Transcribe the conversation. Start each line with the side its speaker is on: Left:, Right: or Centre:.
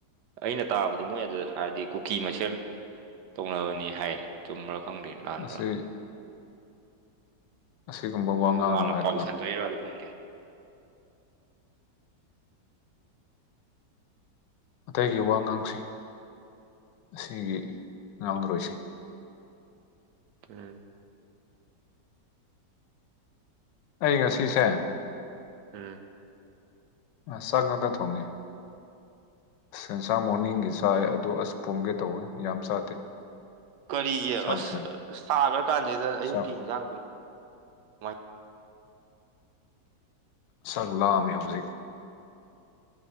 Right: ꯑꯩꯅ ꯇꯥꯕꯗꯤ ꯃꯣꯏ ꯑꯗꯨ ꯍꯥꯏꯗꯤ ꯀꯨꯀꯤ ꯃꯁꯦꯜ ꯇꯧꯅꯕꯅꯤ ꯍꯥꯏ ꯆꯨꯝꯕꯔꯥ ꯈꯪꯗꯦ ꯂꯥꯟꯕ꯭ꯔꯥ
Left: ꯑꯁꯤ ꯑꯁꯤꯒꯨꯝꯕ
Right: ꯃꯣꯏ
Left: ꯋꯥ ꯉꯥꯡꯅꯨ
Right: ꯂꯥꯟꯅ
Left: ꯍꯥꯏꯔꯒ
Right: ꯄꯥꯎ ꯁꯟꯗꯣꯛꯏꯔꯣ ꯑꯗꯨ ꯈꯪꯗꯦ꯫
Left: ꯑꯇꯩꯒꯤ ꯋꯥ ꯉꯥꯡꯁꯤ ꯑꯁꯤꯒꯤ ꯉꯥꯡꯂꯔꯣꯏꯁꯤ
Right: ꯎꯝ
Left: ꯑꯩ ꯉꯁꯤꯁꯦ
Right: ꯎꯝ
Left: ꯁꯥ ꯉꯥꯗ ꯊꯣꯡꯉꯦ ꯁꯟꯁꯥ ꯃꯣꯔꯅꯤꯡꯒꯤ ꯆꯥꯏ ꯑꯗꯨ ꯑꯁ ꯄꯨꯝꯒꯦ ꯇꯧꯋꯦ ꯌꯥꯝ ꯆꯥꯗꯦ
Right: ꯀꯔꯤꯒꯤ
Left: ꯆꯥꯛꯁꯦ
Right: ꯑꯁ ꯁꯥꯒ꯭ꯔ ꯀꯥꯟꯖꯤꯗ ꯑꯌꯨꯛꯀꯤ
Left: ꯆꯥꯛ
Right: ꯏꯟꯖꯥꯡꯗꯣ ꯀꯃꯥꯏꯅ
Left: ꯆꯥꯛ ꯂꯥꯝꯃꯦ ꯍꯧꯖꯤꯛ